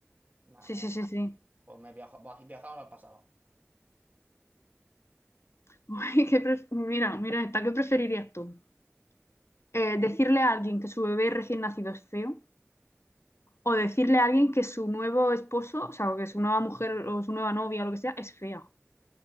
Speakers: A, on the right (about 35°); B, on the left (about 65°).
A: No,
B: Sí,
A: no,
B: sí,
A: no.
B: sí, sí.
A: Pues me viajo, viajamos al pasado.
B: Uy, ¿qué pref- mira, mira esta, ¿qué preferirías tú? Eh, ¿decirle a alguien que su bebé recién nacido es feo? ¿O decirle a alguien que su nuevo esposo, o sea, o que su nueva mujer o su nueva novia o lo que sea, es fea?